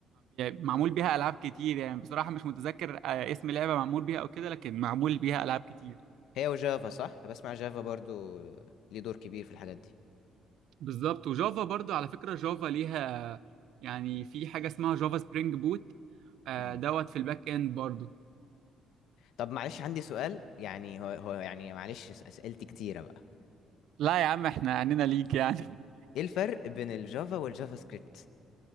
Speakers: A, on the right; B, on the left.
A: معمول بيها العاب كتير يعني بصراحه مش متذكر آه، اسم لعبه معمول بيها او كده لكن معمول بيها العاب كتير
B: هي وجافا صح بسمع جافا برضو ليه دور كبير في الحاجات
A: بالظبط وجافا برضو على فكره جافا ليها يعني في حاجه اسمها جافا سبرينج بوت آه،
B: دي
A: دوت في الباك اند برضو
B: طب معلش عندي سؤال يعني هو هو يعني معلش أس- اسئلتي كتيرة بقى
A: لا يا عم احنا عنينا ليك يعني
B: ايه الفرق بين الجافا والجافا سكريبت